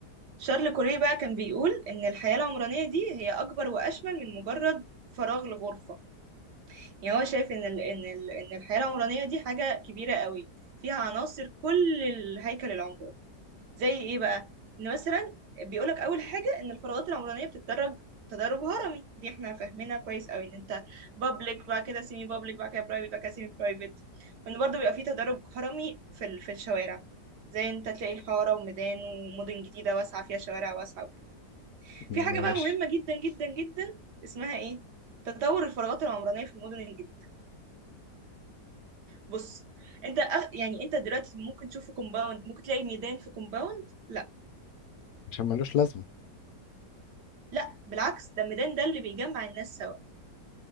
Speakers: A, on the right; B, on the left.
A: شارل كوري بقى كان بيقول إن الحياة العمرانية دي هي أكبر وأشمل من مجرد فراغ لغرفة يعني هو شايف إن ال إن ال إن الحياة العمرانية دي حاجة كبيرة قوي فيها عناصر كل الهيكل العمراني زي ايه بقى ان مثلا بيقولك اول حاجه ان الفراغات العمرانيه بتتدرج تدرج هرمي دي احنا فاهمينها كويس قوي ان انت بابليك بعد كده سيمي بابليك بعد كده برايفت بعد كده سيمي برايفت وان برضه بيبقى فيه تدرج هرمي في ال- في الشوارع زي انت تلاقي حاره وميدان ومدن جديده واسعه فيها شوارع واسعه وكده
B: ماشي
A: في حاجه بقى مهمه جدا جدا جدا اسمها ايه تطور الفراغات العمرانيه في المدن الجديده بص انت أغ- يعني انت دلوقتي ممكن تشوف في كومباوند ممكن تلاقي ميدان في كومباوند لا
B: عشان ملوش لازمة
A: لا بالعكس ده الميدان ده اللي بيجمع الناس سوا